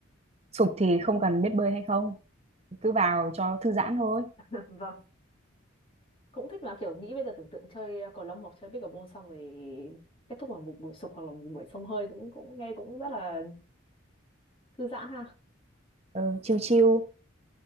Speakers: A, on the right (about 30°); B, on the left (about 25°).
A: sục thì không cần biết bơi hay không cứ vào cho thư giãn thôi
B: <laughs> vâng cũng thích là kiểu nghĩ bây giờ tưởng tượng chơi à, cầu lông hoặc chơi pickleball xong rồi kết thúc vào một buổi sục hoặc là một buổi xông hơi cũng cũng nghe cũng rất là thư giãn ha.
A: ừ, chiêu. chill